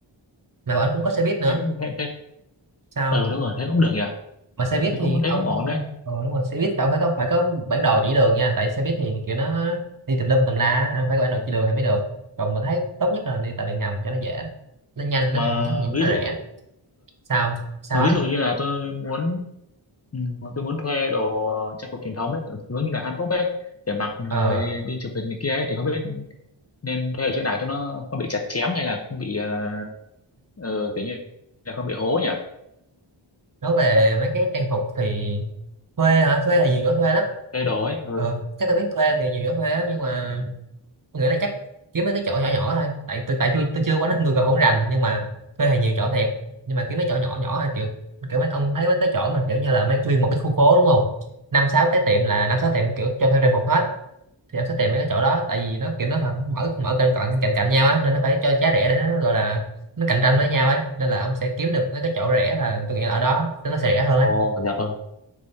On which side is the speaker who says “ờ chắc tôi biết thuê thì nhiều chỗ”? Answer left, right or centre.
Right